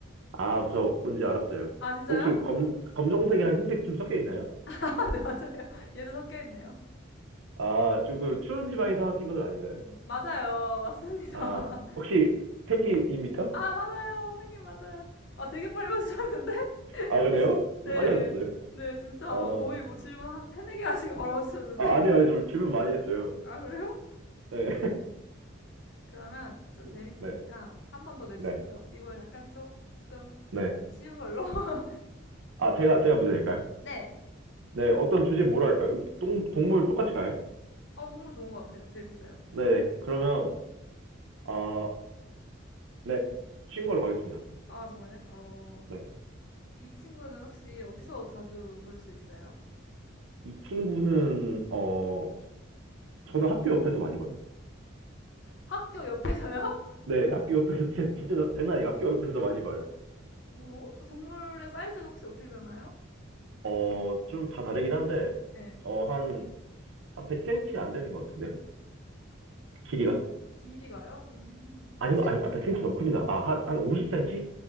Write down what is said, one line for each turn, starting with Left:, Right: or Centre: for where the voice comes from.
Right: 아, 저 뭔지 알았어요.
Left: 아, 진짜요?
Right: 혹시 검, 검정색이랑 흰색 좀 섞여 있나요?
Left: <laughs> 아, 네, 맞아요. 얘도 섞여 있네요.
Right: 아, 조금 추운 지방에 사는 친구들 아닌가요?
Left: 맞아요. 맞습니다.
Right: 아,
Left: <laughs>
Right: 혹시 펭귄입니까?
Left: 아, 맞아요. 선생님, 맞아요. 아, 되게 빨리 맞추셨는데? <laughs>
Right: 아, 그래요?
Left: 네.
Right: 빨리 하셨어요
Left: 네, 진짜
Right: 아,
Left: 거의 뭐 질문 한 세네 개 하시고 바로 맞추셨는데?
Right: 아, 아니요, 아니요. 좀 질문 많이 했어요.
Left: <laughs> 아, 그래요?
Right: 네,
Left: 그러면 좀
Right: <laughs>
Left: 재밌으니까
Right: 네,
Left: 한 번 더 내주시죠.
Right: 네,
Left: 이번엔 약간 조금
Right: 네.
Left: 쉬운 걸로. <laughs>
Right: 아, 제가, 제가 문제 낼까요?
Left: 네.
Right: 네, 어떤 주제 뭐로 할까요? 음, 동, 동물 똑같이 가요?
Left: 어, 정말 좋은 것 같아요. 재밌어요.
Right: 네, 그러면, 아, 네, 쉬운 걸로 가겠습니다.
Left: 아, 정말요? 어.
Right: 네.
Left: 이 친구는 혹시 어디서 자주 볼 수 있어요?
Right: 이 친구는, 어, 저는 학교 옆에서 많이 봐요.
Left: 학교 옆에서요? <laughs>
Right: 네, 학교 옆에서 진짜,
Left: 어,
Right: 진짜 장난 아니에요. 학교 옆에서 많이 봐요.
Left: 어? 동물의 사이즈가 혹시 어떻게 되나요?
Right: 어, 좀 다 다르긴 한데,
Left: 네.
Right: 어, 한, 한 100cm 안 되는 것 같은데요? 길이가?
Left: 길이가요? 음,
Right: 아니,
Left: 혹시,
Right: 아니, 아, 100cm 너무 큽니다. 아, 한, 한 50cm?